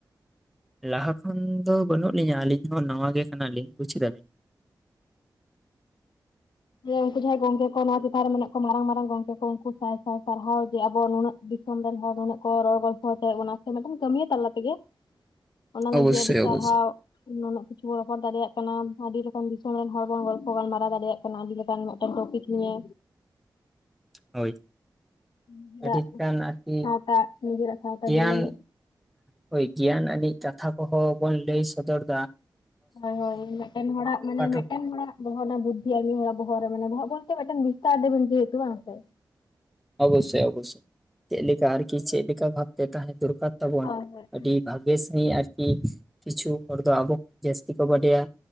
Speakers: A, in the centre; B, on the left.
A: ᱞᱟᱦᱟ ᱠᱷᱚᱱ ᱫᱚ ᱵᱟᱹᱱᱩᱜ ᱞᱤᱧᱟᱹ ᱟᱹᱞᱤᱧ ᱦᱚ ᱱᱟᱣᱟ ᱜᱮ ᱠᱟᱱᱟᱞᱤᱧ ᱵᱩᱪ ᱠᱮᱫᱟ ᱵᱤᱱ᱾
B: ᱩᱱᱠᱩ ᱡᱟᱦᱟᱸᱭ ᱜᱚᱝᱠᱮ ᱠᱚ ᱱᱚᱣᱟ ᱪᱮᱛᱟᱱ ᱨᱮ ᱢᱮᱱᱟᱜ ᱠᱚᱣᱟ ᱢᱟᱨᱟᱝ ᱢᱟᱨᱟᱝ ᱜᱚᱝᱠᱮ ᱠᱚ ᱩᱱᱠᱩ ᱥᱟᱭ ᱥᱟᱭ ᱥᱟᱨᱦᱟᱣ ᱡᱮ ᱟᱵᱚ ᱱᱩᱱᱟᱹᱜ ᱫᱤᱥᱚᱢ ᱨᱮᱱ ᱦᱚᱲ ᱱᱩᱱᱟᱹᱜ ᱠᱚ ᱨᱚᱲ ᱜᱚᱞᱯᱷᱚ ᱦᱚᱪᱚᱭ ᱮᱫ ᱵᱚᱱᱟ ᱥᱮ ᱢᱤᱫᱴᱟᱱ ᱠᱟᱹᱢᱤᱭᱟᱹ ᱛᱟᱞᱟ ᱛᱮᱜᱮ᱾ ᱚᱱᱟ ᱞᱟᱹᱜᱤᱫ
A: ᱚᱵᱚᱥᱥᱳᱭ
B: ᱟᱹᱰᱤ ᱥᱟᱨᱦᱟᱣ᱾
A: ᱚᱵᱚᱥᱥᱳᱭ
B: ᱱᱩᱱᱟᱹᱜ ᱠᱤᱪᱷᱩ ᱵᱚ ᱨᱚᱯᱚᱲ ᱫᱟᱲᱮᱭᱟᱜ ᱠᱟᱱᱟ, ᱟᱹᱰᱤ ᱨᱚᱠᱚᱢ ᱫᱤᱥᱚᱢ ᱨᱮᱱ ᱦᱚᱲ ᱵᱚᱱ ᱜᱚᱞᱯᱷᱚ ᱜᱟᱞᱢᱟᱨᱟᱣ ᱫᱟᱲᱮᱭᱟᱜ ᱠᱟᱱᱟ᱾ ᱟᱰᱤ ᱞᱮᱠᱟᱱ ᱢᱤᱫᱴᱮᱱ ᱴᱚᱯᱤᱠ ᱱᱤᱭᱮ᱾
A: ᱦᱳᱭ᱾
B: ᱱᱤᱡᱮᱨᱟᱜ
A: ᱟᱹᱰᱤ ᱜᱟᱱ ᱟᱨᱠᱤ
B: ᱥᱟᱶᱛᱟ ᱱᱤᱡᱮᱨᱟᱜ ᱥᱟᱶᱛᱟ
A: ᱜᱮᱭᱟᱱ
B: ᱡᱤᱭᱚᱱ᱾
A: ᱦᱳᱭ, ᱜᱮᱭᱟᱱ ᱟᱹᱱᱤᱡ ᱠᱟᱛᱷᱟ ᱠᱚᱦᱚ ᱵᱚᱱ ᱞᱟᱹᱭ ᱥᱚᱫᱚᱨ ᱫᱟ᱾
B: ᱦᱳᱭ ᱦᱳᱭ, ᱢᱤᱫᱴᱮᱱ ᱦᱚᱲᱟᱜ, ᱢᱟᱱᱮ
A: ᱴᱚᱴᱷᱟ
B: ᱢᱤᱫᱴᱮᱱ ᱦᱚᱲᱟᱜ᱾ ᱵᱚᱦᱚᱜ ᱱᱟ ᱵᱩᱫᱽᱫᱷᱤ ᱟᱨ ᱢᱤᱫ ᱦᱚᱲᱟᱜ ᱵᱚᱦᱚᱜ ᱨᱮ ᱢᱮᱱᱟ ᱵᱚᱞᱛᱮ ᱢᱤᱫᱴᱮᱱ <unintelligible> ᱵᱟᱝ ᱥᱮ
A: ᱚᱵᱚᱥᱳᱭ ᱚᱵᱚᱥᱳᱭ, ᱪᱮᱫ ᱞᱮᱠᱟ ᱟᱨᱠᱤ ᱪᱮᱫ ᱞᱮᱠᱟ ᱵᱷᱵᱛᱮ ᱛᱟᱦᱮ ᱫᱚᱨᱠᱟᱨ᱾ ᱛᱟᱵᱚᱱ
B: ᱦᱳᱭ ᱦᱳᱭ
A: ᱟᱹᱰᱤ ᱵᱷᱟᱜᱮ ᱥᱟᱦᱤᱡ ᱟᱨᱠᱤ ᱠᱤᱪᱷᱩ ᱦᱚᱲ ᱫᱚ ᱟᱰᱤ ᱡᱟᱹᱥᱛᱤ ᱠᱚ ᱵᱟᱰᱟᱭᱟ᱾